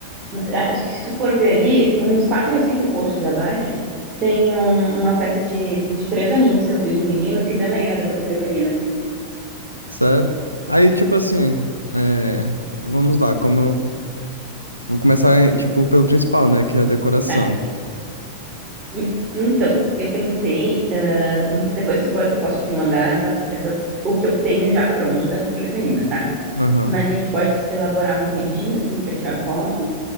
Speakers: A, on the right; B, on the left.
A: Acho que se tu for ver ali, uns quatro ou cinco posts abaixo, tem um- uma festa de, de três aninhos que eu fiz de um menino que também era da patrulha canina.
B: Sério? Aí, tipo assim, é, vamos lá, como. Vou começar, eh, tipo, pelo principal, né? Que é a decoração.
A: Tá. En- Então, eu pensei, ah, não sei, depois tu po- eu posso te mandar essa, essas, o que eu tenho já pronto da patrulha canina, tá?
B: Aham,
A: Mas a gente pode elaborar um cantinho, assim, para tirar foto